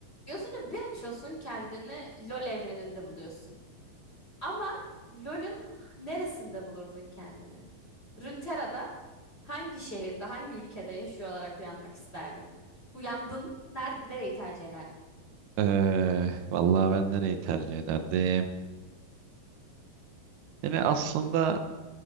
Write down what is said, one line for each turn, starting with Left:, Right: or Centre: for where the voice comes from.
Left: Gözünü bir açıyorsun kendini LoL evreninde buluyorsun. Ama LoL'ün neresinde bulurdun kendini? Runeterra'da hangi şehirde, hangi ülkede yaşıyor olarak uyanmak isterdin? Uyandın, ner nereyi tercih ederdin?
Right: Ee, vallahi ben nereyi tercih ederdim? Yani aslında